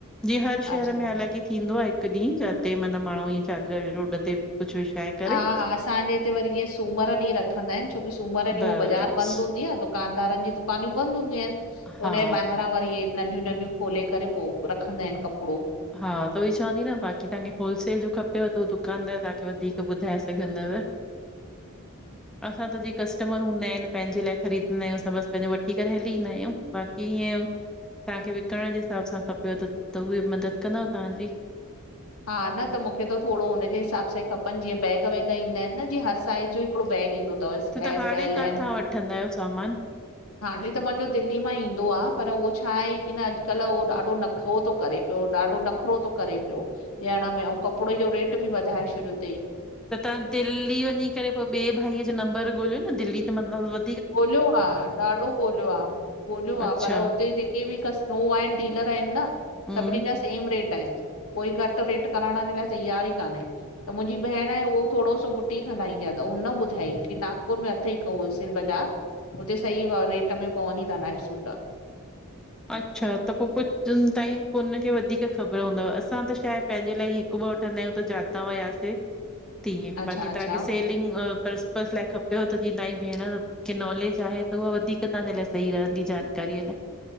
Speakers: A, in the centre; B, on the left.
A: जीअं हर
B: अच्छा
A: शहर में अलग ई थींदो आ। हिकु ॾींह जाते मतलब माण्हू ईअ चादर रोड ते कुछ विछाए करे
B: हा हा असांजे हिते वरी जीअं सूमर ॾीं रखंदा आहिन छोकी सूमर ॾींअ
A: बसि
B: उह बाज़ार बंदि हूंदी आ त दुकानदारनि जी दुकायूं बंदि हूंदियूं आहिन त
A: हा
B: हुन जे ॿाहिरां वरी ए नंढियूं नंढियूं खोले करे पो रखंदा आहिन कपिड़ो।
A: हा त उहई चवां ती न बाक़ी तव्हांखे होलसेल जो खपेव त उह दुकानदार तव्हांखे वधीक ॿुधाए सघंदव।
B: <inaudible>
A: असां त जीह कस्टमर हूंदा आहिन पंहिंजे लाइ ख़रीददा आयूं असां बसि पंहिंजो वठी करे हली ईंदा आयूं बाक़ी ईअं तव्हांखे विकिण जे हिसाब सां खपेव त त उहे मदद कंदव तव्हांजी।
B: हा न त मूंखे त थोरो हुनजे हिसाबु सां ई खपनि जीअं बैग वैग ईंदा आहिन न जीअं हर साइज़ जो हिकिड़ो बैग ईंदो तव
A: त तव्हां
B: एस
A: हाणे
B: एल
A: काथां
B: एम
A: वठंदा आयो सामान।
B: हाणे त मांजो दिल्ली मां ईंदो आ पर उहो छा आहे की न अॼुकल्ह उहो ॾाढो नख़रो थो करे। पियो ॾाढो नखरो थो करे पियो ॾियण में आऊं कपिड़े जो रेट बि वधाए छॾियो तईं।
A: त तव्हां दिल्ली वञी करे पोइ ॿे भाईअ जो नंबर ॻोल्हियो न दिल्ली त मतलब व
B: ॻोल्हियो आ, ॾाढो ॻोल्हियो आ। ॻोल्यो आ
A: अच्छा
B: पर हुते जेके भी कस उ आहिन डीलर आहिन न
A: हम्म
B: सभिनी जा सेम रेट आहिन कोई घटि रेट करण जे लाइ तयार ई काने त मुंहिंजी भेण आहे उह थोरो सो बुटीक हलाईंदी आ त उन ॿुधाई की नागपुर में अथई हिकु होलसेल बज़ार। हुते सही व रेट में पवनी था नाइट सूट।
A: अच्छा त पो पु जीन ताईं पो हुनखे वधीक ख़बर हूंदव असां त छा आहे पंहिंजे लाइ ई हिक ब वठंदा आहियूं त जाता वयासे
B: <inaudible>
A: तीअं
B: अच्छा
A: बाक़ी
B: अच्छा।
A: तव्हांखे सेलिंग अ पर्पस लाइ खपेव त जीअं तहांजी भेण की नॉलेज आहे त उहा वधीक तहांजे लाइ सही रहंदी जानकारीअ लाए।